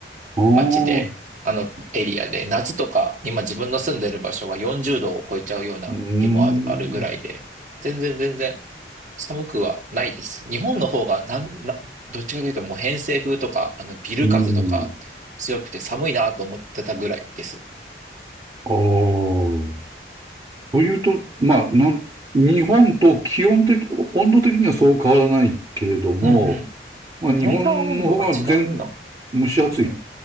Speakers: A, on the right (about 25°); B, on the right (about 45°).
A: うん。
B: 街で、
A: ああ、
B: あのエリアで、夏とか、今自分の住んでる場所は40度を超えちゃうような日もある、
A: うん、
B: あるぐらいで、全然全然寒くはないです。日本の方がなん、な、どっちかというともう偏西風とか、あのビル風とか強くて寒いなと思ってたぐらいです。
A: うん、ああ。というと、まあ、なん日本と気温的、温度的にはそう変わらないけれども、
B: うんうん。
A: まあ、日本の方が全、
B: 体感温度が違うの
A: 蒸し暑い。
B: うん。